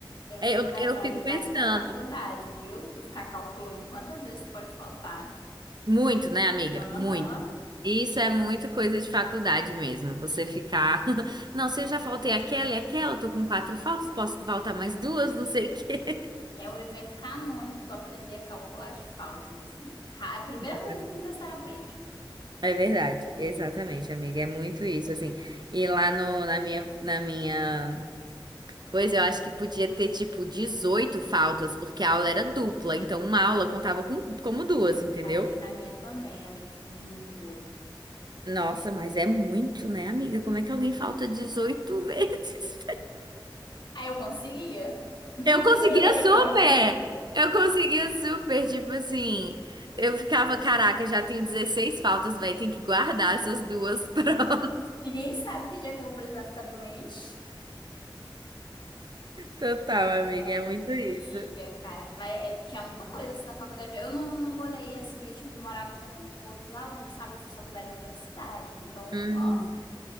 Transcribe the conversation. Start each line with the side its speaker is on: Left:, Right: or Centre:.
Left: Essa
Right: é,
Left: é
Right: eu,
Left: uma
Right: eu
Left: realidade
Right: fico pensando.
Left: da faculdade, viu? Tu ficar calculando quantas vezes pode faltar.
Right: Muito, né, amiga?
Left: Aham.
Right: Muito. Isso é muito coisa de faculdade mesmo. Você ficar. <laughs> Não, se eu já faltei aquela e aquela, eu tô com quatro faltas, posso faltar mais duas, não sei o quê.
Left: É um evento canônico tu aprender a calcular as faltas, assim. Ra- A primeira
Right: <laughs>
Left: coisa que o universitário aprende.
Right: É verdade, exatamente, amiga. É muito isso, assim. E lá no, na minha, na minha coisa, eu acho que podia ter, tipo, 18 faltas, porque a aula era dupla. Então, uma aula contava com, como duas, entendeu?
Left: Acho que na minha também era tipo 18.
Right: Nossa, mas é muito, né, amiga? Como é que alguém falta 18 <laughs> vezes?
Left: Aí eu conseguia. <laughs>
Right: Eu conseguia super! Eu conseguia super, tipo assim. Eu ficava, caraca, já tenho 16 faltas, velho, tem que guardar essas duas <laughs> prontas.
Left: Ninguém sabe que dia que eu vou precisar ficar doente.
Right: Total, amiga,
Left: Amiga,
Right: é muito isso.
Left: cara. Mas é- tinha muita coisa assim na faculdade. Eu não, não morei assim, eu tive que morar com outros alunos, sabe? Eu fiz faculdade em outra cidade. Então,
Right: Hum,
Left: ó,